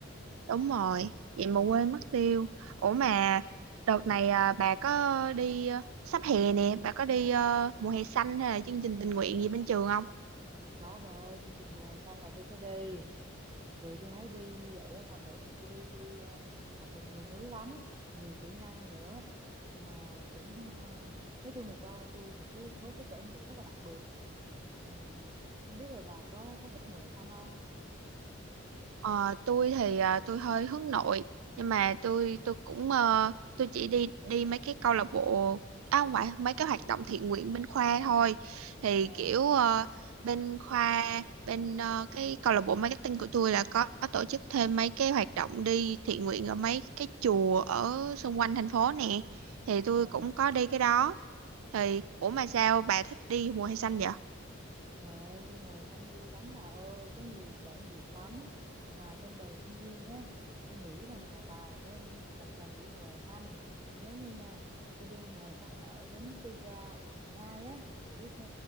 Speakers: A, on the right; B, on the right.
A: Đúng rồi, vậy mà quên
B: ừ.
A: mất tiêu. Ủa mà đợt này ờ, bà có đi ờ, sắp hè nè, bà có đi ờ, mùa hè xanh hay là chương trình tình nguyện gì bên trường
B: đó bà ơi chương trình mùa hè xanh là tôi phải đi vì tôi thấy đi như vậy á, là mỗi lần tôi đi tôi à, học được nhiều thứ lắm nhiều kỹ năng nữa mà cũng à, nói chung là cho tôi một cái số cái trải nghiệm rất là đặc biệt à, không biết là bà có có thích mùa hè xanh không
A: Ờ, tôi thì ờ, tôi hơi hướng nội nhưng mà tôi tôi cũng ờ, tôi chỉ đi đi mấy cái câu lạc bộ à không phải mấy cái hoạt động thiện nguyện bên khoa thôi thì
B: à,
A: kiểu ờ, bên khoa bên ờ, cái câu lạc bộ marketing của tôi là có, có tổ chức thêm mấy cái hoạt động đi thiện nguyện ở mấy cái chùa ở xung quanh thành phố nè thì tôi
B: à,
A: cũng có đi cái đó thì ủa
B: à.
A: mà sao bà thích đi mùa hè xanh vậy?
B: Trời ơi, đi mùa hè xanh vui lắm bà ơi, có nhiều trải nghiệm lắm. Mà trong đời sinh viên á, tôi nghĩ rằng là bà nên ờ, một lần đi mùa hè xanh. Giống như nha, tôi đi mùa hè xanh ở Bến Tư Ga, quận 12 á, bà biết ờ,